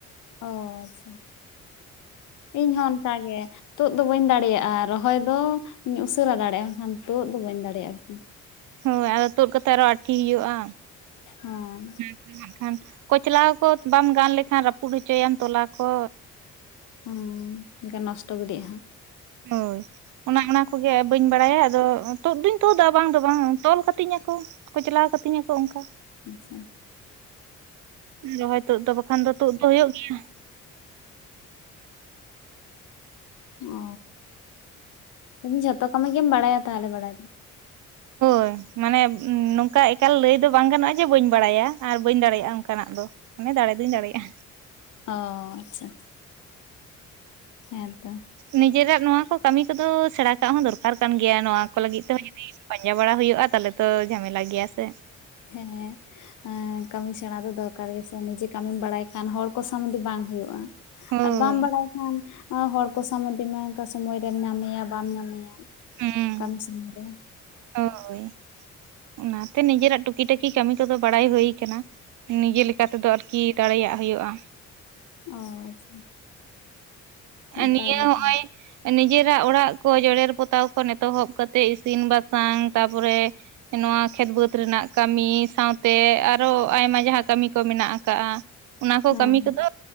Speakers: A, on the left; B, on the right.
A: ᱚ ᱟᱪᱪᱷᱟ ᱤᱧ ᱦᱚᱸ ᱚᱱᱠᱟ ᱜᱮ ᱛᱩᱫ ᱫᱚ ᱵᱟᱹᱧ ᱫᱟᱲᱮᱭᱟᱜᱼᱟ ᱨᱚᱦᱚᱭ ᱫᱚᱧ ᱩᱥᱟᱹᱨᱟ ᱫᱟᱲᱮᱭᱟᱜᱼᱟᱠᱷᱟᱱ ᱛᱩᱫ ᱫᱚ ᱵᱟᱹᱧ ᱫᱟᱲᱮᱭᱟᱜᱼᱟ ᱟᱨᱠᱤ᱾
B: ᱦᱳᱭ ᱟᱫᱚ ᱛᱩᱫ ᱠᱟᱛᱮᱜ ᱟᱨᱚ ᱟᱴᱷᱤ ᱦᱩᱭᱩᱜᱼᱟ᱾
A: ᱦᱚᱸ
B: ᱦᱟᱸᱜ ᱠᱷᱟᱱ ᱠᱚᱪᱞᱟᱣ ᱠᱚ ᱵᱟᱢ ᱜᱟᱱ ᱞᱮᱠᱷᱟᱱ ᱨᱟᱹᱯᱩᱫ ᱦᱚᱪᱚᱭᱟᱢ ᱛᱚᱞᱟ ᱠᱚ
A: ᱦᱩᱸ ᱜᱟᱱ ᱱᱚᱥᱴᱚᱜ ᱜᱤᱰᱤᱜ-ᱟ
B: ᱦᱳᱭ ᱚᱱᱟ ᱚᱱᱟ ᱠᱚᱜᱮ ᱵᱟᱹᱧ ᱵᱟᱲᱟᱭᱟ ᱟᱫᱚ ᱛᱩᱫ ᱫᱩᱧ ᱛᱩᱫᱟ ᱵᱟᱝ ᱫᱚ ᱵᱟᱝ ᱛᱚᱞ ᱠᱟᱹᱛᱤᱧᱟᱠᱚ ᱠᱚᱪᱞᱟᱣ ᱠᱟᱹᱛᱤᱧᱟᱠᱚ ᱚᱱᱠᱟ
A: ᱟᱪᱪᱷᱟ
B: ᱨᱚᱦᱚᱭ ᱛᱩᱫ ᱫᱚ ᱵᱟᱠᱷᱟᱱ ᱫᱚ ᱛᱩᱫ ᱫᱚ ᱦᱳᱭᱳᱜ ᱜᱮᱭᱟ ᱾
A: ᱚ ᱞᱮᱫᱤᱧ ᱡᱷᱚᱛᱚ ᱠᱟᱹᱢᱤ ᱜᱮᱢ ᱵᱟᱲᱟᱭᱟ ᱛᱟᱦᱚᱞᱮ ᱵᱟᱲᱟᱭ ᱫᱚ᱾ <inaudible>
B: ᱦᱚ ᱢᱟᱱᱮ ᱱᱚᱝᱠᱟ ᱮᱠᱟᱞ ᱞᱟᱹᱭ ᱫᱚ ᱵᱟᱝ ᱜᱟᱱᱚᱜᱼᱟ ᱡᱮ ᱵᱟᱹᱧ ᱵᱟᱲᱟᱭᱟ ᱟᱨ ᱵᱟᱹᱧ ᱫᱟᱲᱮᱭᱟᱜᱼᱟ ᱚᱱᱠᱟᱱᱟᱜ ᱫᱚ᱾ ᱚᱱᱮ ᱫᱟᱲᱮ ᱫᱩᱧ ᱫᱟᱲᱮᱭᱟᱜᱼᱟ᱾
A: ᱚ ᱟᱪᱷᱟ ᱟᱪᱷᱟ ᱦᱮᱸᱛᱚ
B: ᱱᱤᱡᱮᱨᱟᱜ ᱱᱚᱣᱟ ᱠᱚ ᱠᱟᱹᱢᱤ ᱠᱚᱫᱚ ᱥᱮᱬᱟ ᱠᱟᱜ ᱦᱚᱸ ᱫᱚᱨᱠᱟᱨ ᱠᱟᱱ ᱜᱮᱭᱟ ᱱᱚᱣᱟ ᱠᱚ ᱞᱟᱹᱜᱤᱫ ᱛᱮᱦᱚᱸ ᱡᱩᱫᱤ ᱯᱟᱸᱡᱟ ᱵᱟᱲᱟ ᱦᱩᱭᱩᱜᱼᱟ ᱛᱟᱦᱚᱞᱮ ᱛᱚ ᱡᱷᱟᱢᱮᱞᱟ ᱜᱮᱭᱟ ᱥᱮ᱾
A: ᱦᱮᱸᱮ ᱮ ᱠᱟᱹᱢᱤ ᱥᱮᱬᱟ ᱫᱚ ᱫᱚᱨᱠᱟᱨ ᱜᱮ ᱥᱮ ᱱᱤᱡᱮ ᱠᱟᱹᱢᱤᱢ ᱵᱟᱲᱟᱭ ᱠᱷᱟᱱ ᱦᱚᱲ ᱠᱚᱥᱟᱢᱚᱫᱤ ᱵᱟᱝ ᱦᱩᱭᱩᱜᱼᱟ᱾
B: ᱦᱳᱭ
A: ᱟᱨ ᱵᱟᱢ ᱵᱟᱲᱟᱭ ᱠᱷᱟᱱ ᱦᱚᱲ ᱠᱚᱥᱟᱢᱚᱫᱤ ᱢᱮ ᱚᱠᱟ ᱥᱚᱢᱚᱭ ᱨᱮᱢ ᱧᱟᱢᱮᱭᱟ ᱵᱟᱢ ᱧᱟᱢᱮᱭᱟ᱾
B: ᱦᱩᱸ
A: ᱠᱟᱹᱢᱤ ᱥᱤᱢᱤᱝ ᱨᱮ
B: ᱦᱳᱭ ᱚᱱᱟᱛᱮ ᱱᱤᱡᱮᱨᱟᱜ ᱴᱩᱠᱤᱴᱟᱠᱤ ᱠᱟᱹᱢᱤ ᱠᱚᱫᱚ ᱵᱟᱲᱟᱭ ᱦᱩᱭ ᱟᱠᱟᱱᱟ ᱱᱤᱡᱮ ᱞᱮᱠᱟᱛᱮᱫᱚ ᱟᱨᱠᱤ ᱫᱟᱲᱮᱭᱟᱜ ᱦᱩᱭᱩᱜᱼᱟ᱾
A: ᱚ ᱱᱟᱯᱟᱭ
B: ᱱᱤᱭᱟᱹ
A: ᱜᱮ
B: ᱦᱚᱜ
A: ᱛᱟᱦᱚᱞᱮ,
B: ᱚᱭ ᱱᱤᱡᱮᱨᱟᱜ ᱚᱲᱟᱜ ᱠᱚ ᱡᱮᱨᱮᱲ ᱯᱚᱛᱟᱣ ᱠᱚ ᱮᱛᱚᱦᱚᱵ ᱠᱟᱛᱮᱜ ᱤᱥᱤᱱ ᱵᱟᱥᱟᱝ ᱛᱟᱯᱚᱨᱮ ᱱᱚᱣᱟ ᱠᱷᱮᱛ ᱵᱟᱹᱫᱽ ᱨᱮᱱᱟᱜ ᱠᱟᱹᱢᱤ ᱥᱟᱶᱛᱮ ᱟᱨᱚ ᱟᱭᱢᱟ ᱡᱟᱦᱟᱸ ᱠᱟᱹᱢᱤ ᱠᱚ ᱢᱮᱱᱟᱜ ᱟᱠᱟᱟᱜᱼᱟ ᱚᱱᱟ ᱠᱚ
A: ᱦᱮᱸ
B: ᱠᱟᱹᱢᱤ ᱠᱚᱫᱚ